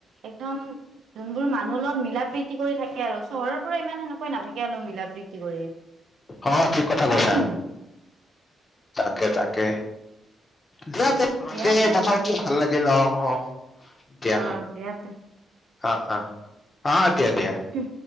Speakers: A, on the right (about 75°); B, on the left (about 30°).
A: একদম যোনবোৰ মানুহৰ লগত মিলা প্ৰিতি কৰি থাকে আৰু। চহৰৰ পৰা ইমান সেনেকৈ নাথাকে আৰু মিলা প্ৰিতি কৰি।
B: অ ঠিক কথা কৈছা
A: উম।
B: তাকে তাকে, দিয়া ত
A: দিয়া
B: আজি
A: তে
B: কথা পাতি ভাল লাগিল অহ অহ দিয়া
A: অ দিয়া তে
B: অঁ অঁ। অঁ দিয়া দিয়া।
A: উম।